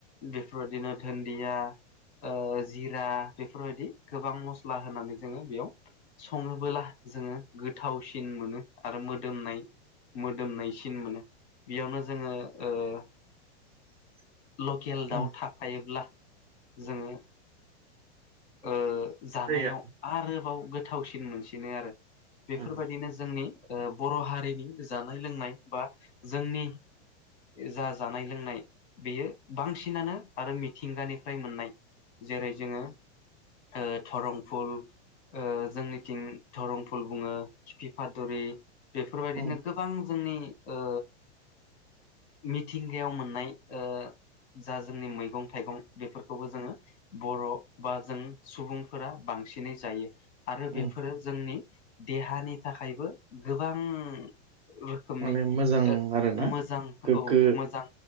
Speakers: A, on the left; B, on the right.
A: बेफोरबायदिनो दुन्दिया ओ जिरा बेफोरबायदि गोबां मस्ला होनानै जोङो बेयाव सङोबोला जोङो गोथावसिन मोनो आरो मोदोमनाय मोदोमनायसिन मोनो। बेयावनो जोङो ओ
B: <inaudible>
A: लकेल दाउ
B: उम
A: थाफायोब्ला जोङो ओ जानायाव
B: जायो
A: आरोबाव गोथावसिन मोनसिनो आरो। बेफोरबायदिनो
B: आरो।
A: जोंनि ओ बर' हारिनि जानाय लोंनाय बा जोंनि जा जानाय लोंनाय बेयो बांसिनानो आरो मिथिंगानिफ्राय मोननाय। जेरै जोङो ओ थरं फुल ओ जोंनिथिं धरं फुल बुङो खिफिफादरि बेफोरबायदिनो
B: उम
A: गोबां जोंनि ओ मिथिंगायाव मोननाय ओ जा जोंनि मैगं थाइगं बेफोरखौबो जोङो बर' बा जों सुबुंफोरा बांसिनै जायो। आरो बेफोरो
B: उम
A: जोंनि देहानि थाखायबो गोबां रोखोमनि
B: माने मोजां
A: ओ
B: आरोना
A: मोजां
B: गोग्गो
A: औ मोजां